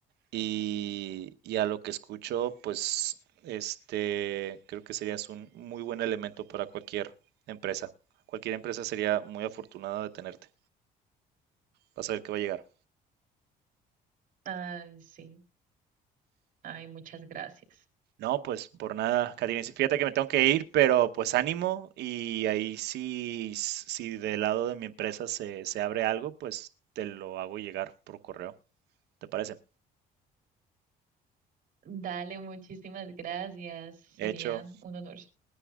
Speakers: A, on the right; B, on the right.
A: y, y a lo que escucho, pues, este, creo que serías un muy buen elemento para cualquier empresa. Cualquier empresa sería muy afortunada de tenerte. Vas a ver que va a llegar.
B: Ay, sí. Ay, muchas gracias.
A: No, pues por nada, Katina. Fíjate que me tengo que ir, pero pues ánimo y ahí sí, si del lado de mi empresa se, se abre algo, pues te lo hago llegar por correo. ¿Te parece?
B: Dale, muchísimas gracias. Sería
A: Hecho,
B: un honor.